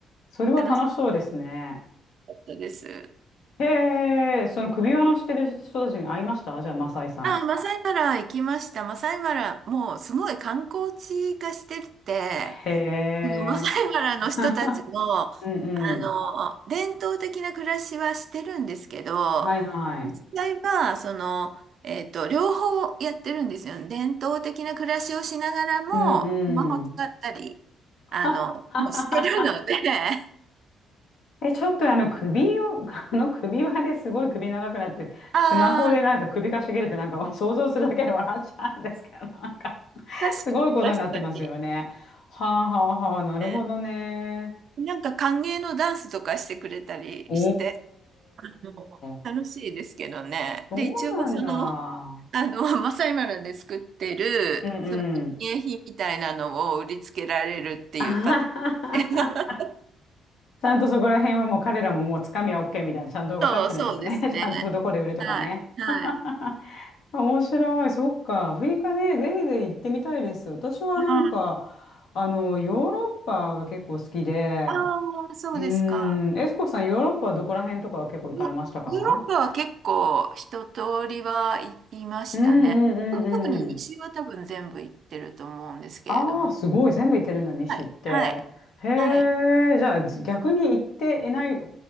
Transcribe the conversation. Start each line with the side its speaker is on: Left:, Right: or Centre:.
Left: それは楽しそうですね。
Right: 楽しかったです。
Left: へえ、その首輪のしてる人たちに会いましたじゃあ、マサイさん。
Right: あ、マサイマラ行きました。マサイマラ、もうすごい観光地化してて、
Left: へえ。
Right: そのマサイマラの人たちの、
Left: <laughs>
Right: あの、
Left: うんうん。
Right: 伝統的な暮らしはしてるんですけど、
Left: はいはい。
Right: 実際は、その、えっと、両方やってるんですよね。伝統的な暮らしをしながらも、
Left: うん
Right: スマホ使ったり、
Left: うん。<laughs>
Right: あの、もうしてるので、<laughs>
Left: え、ちょっとあの首を、<laughs> あの首輪ですごい首長くなって、
Right: ああ、
Left: スマホでなんか首かしげるってなんか想像するだけで笑っちゃうんですけど、なんか
Right: 確かに、
Left: すごいことになってますよね。
Right: 確かに。
Left: はあはあはあ、なるほどね。
Right: えなんか歓迎のダンスとかしてくれたりして、
Left: お
Right: あの楽しいですけどね。
Left: ー、そうなんだ。
Right: で、一応その、あの、<laughs> マサイマラで作ってる、
Left: うんうん。
Right: その、記念品みたいなのを売りつけられるっていうパタ
Left: <laughs> あははは
Right: ーン。<laughs>
Left: ちゃんとそこら辺はもう彼らももうつかみは OK みたいな、ちゃんと分かってるんですね。
Right: そう、そうですね。
Left: <laughs> ちゃんとどこで売るとかね。
Right: はい、はい。
Left: <laughs> 面白い。そっか。アフリカね、ぜひぜひ行ってみたいです。私はなんか、
Right: あ
Left: あの、ヨーロッパが結構好きで、
Right: あー、そうですか。
Left: うーん、エスコさん、ヨーロッパはどこら辺とかは結構行かれましたか
Right: ヨ、ヨーロッパは結構一通りは行きましたね。
Left: うんうんうんうん。
Right: 特に西は多分全部行ってると思うんですけれども。
Left: ああ、すごい。全部行ってるんだ、西って。
Right: はい、はい、
Left: へ
Right: はい。
Left: え、じゃあ逆に行っていない